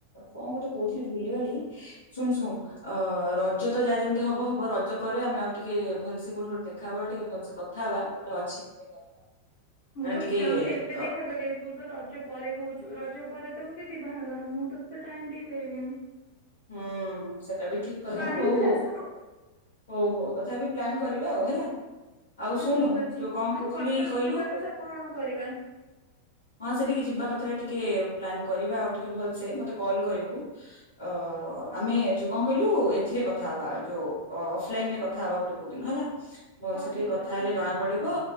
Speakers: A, on the left (about 70°); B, on the left (about 45°).
A: କଣ ଗୋଟେ କହୁଥିଲି ଭୁଲିିଗଲି ଶୁଣୁ ଶୁଣୁ ‌। ଅ ରଜ ତ ଯାହା ଯେମିତି ହବ ହବ ରଜ ପରେ ଆମେ ଆଉ ଟିକେ ଭଲସେ କୋଉଠି ଦେଖା ହବା ଟିକେ ଭଲସେ କଥା ହବା। ଗୋଟେ ଅଛି <unintelligible>
B: ମୁଁ
A: ମାନେ
B: ତ
A: ଟିକେ
B: ଚାହୁଁଛି ଏବେ
A: ତ
B: ଦେଖା କରିବାକୁ? ତୁ ତ ରଜ ପରେ କହୁଛୁ ରଜ ପରେ ତ ମୁଁ ଦିଦି ବାହାଘର ମୁଁ ତ ତତେ ଟାଇମ ଦେଇପାରିବିନି।
A: ହୁଁ ସେଟା ବି ଠିକ କଥା
B: ତୁ ଆରି
A: ହଉ
B: ଭିତରେ
A: ହଉ।
B: ଆସୁନୁ
A: ହଉ ହଉ ତଥାପି ପ୍ଲାନ କରିବା ଆଉ ହେଲା ଆଉ
B: ହଉ
A: ଶୁଣୁ
B: ଠିକ ଅଛି
A: ଯୋଉ କଣ
B: ଆମେ
A: କହୁଥିଲି
B: କଟକ
A: କହିଲୁ?
B: ଯିବା କଥା କଣ କରିବା?
A: ହଁ ସେଠିକି ଯିବା କଥା ଟିକେ ପ୍ଲାନ୍ କରିବା ଆଉ ଟିକେ ଭଲସେ ମତେ କଲ୍ କରିବୁ? ଓ ଆମେ ଯୁ କଣ କହିଲୁ ଏଥିରେ କଥାହବା ଯୋଉ ଅଫ୍ ଅଫଲାଇନରେ କଥା ହେବା ଗୋଟେ କୋଉ ଦିନ ହେଲା। ଭଲସେ
B: ହଉ
A: ଟିକେ
B: ଠିକ
A: କଥା
B: ଅଛି।
A: ହେଲେ ଜଣା ପଡିବ